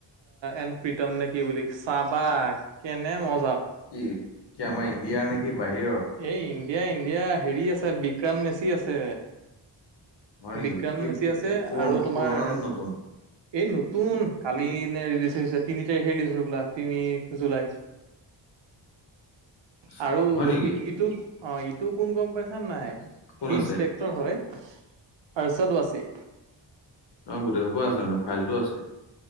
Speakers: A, on the right; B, on the left.
A: এণ প্ৰীতম নে কি বুলি চাহবাগ। কেনে ম
B: কি, কি আমাৰ ইণ্ডিয়াৰ নে কি বাহিৰৰ?
A: এই ইণ্ডিয়া ইণ্ডিয়া হেৰি আছে বিক্ৰান্ত মেচি আছে।
B: হয় নেকি
A: বিজ্ঞান
B: কি
A: মেচি
B: পু-
A: আছে
B: পুৰ-
A: আৰু তোমাৰ
B: পুৰণা নে নতুন?
A: এই নতুন কালি ৰিলিজ হৈছে তিনি তাৰিখে ৰিলিজ হৈ বোলা তিনি জুলাই।
B: চ-
A: আৰু
B: হয় নেকি
A: ই -ইটো অ ইটো কোন গম পাইছ নাই
B: কোন
A: সি
B: আছে?
A: ইনস্পেক্টৰ হয়। আৰ্ষদ ৱাচী।
B: অহ, গোটেই সোপা আছে মানে ফাইলটো আছে।